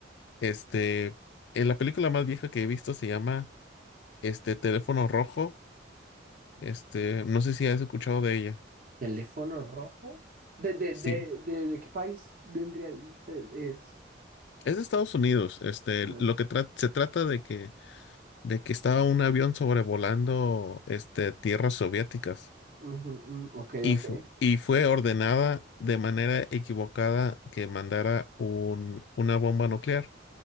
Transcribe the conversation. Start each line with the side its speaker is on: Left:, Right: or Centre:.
Left: Este, en la película más vieja que he visto se llama este Teléfono Rojo. Este, no sé si has escuchado de ella.
Right: ¿Teléfono rojo? ¿De, de,
Left: Sí,
Right: de, de, de qué país vendría? el- se- Es.
Left: es de Estados Unidos. Este,
Right: Red.
Left: lo que tra- se trata de que de que estaba un avión sobrevolando este tierras soviéticas.
Right: Ujú, mm, ok,
Left: y,
Right: ok.
Left: fu- y fue ordenada de manera equivocada que mandara un- una bomba nuclear,